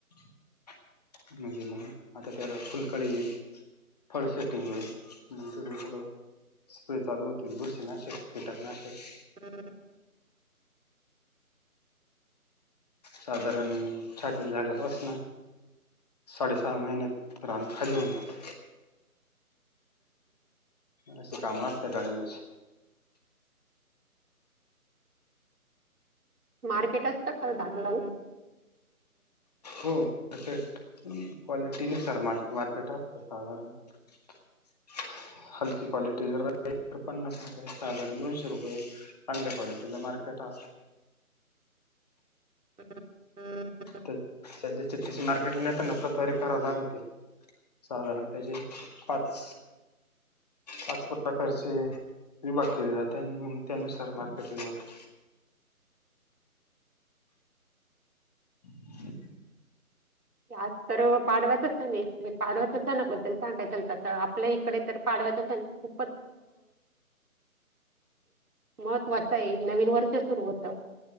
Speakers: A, on the left; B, on the right.
A: <inaudible> म्हणजे मग आता त्याला फुलकळी येईल. फळ सेटिंग होईल तिथुन पुढ स्प्रे चालू होतील बुरशी नाशक, - कीटकनाशक.
B: <inaudible> <inaudible>
A: साधारण छाटणी झाल्यापासन. साडेसहा महिन्यात रान खाली होऊन जात. अशी काम असतात डाळिंबाची.
B: मार्केट असत का डाळीब्याला?
A: हो. <unintelligible> क्वालिटी नुसार मार्केट असत साधारण. <inaudible> हलकी क्वालि टी जर पन्नास रुपये साधारण दोनशे रुपये चांगल्या क्वालिटीला मार्केट अस
B: <inaudible>
A: त्या त्याची <unintelligible> मार्केट ला नेताना पतवारी करावं लागती. साधारण त्याचे पाच. पाच प्रकारचे विभाग केले जात त्यानुसार मार्केटिंग होत. <inaudible>
B: आज तर पाडवायचा सण आहे, पाडवायच्या सणाबद्दल <unintelligible> तर आपल्या इकडे तर पाडव्याचा सण खूपच महत्त्वाचं आहे नवीन वर्ष सुरू होत.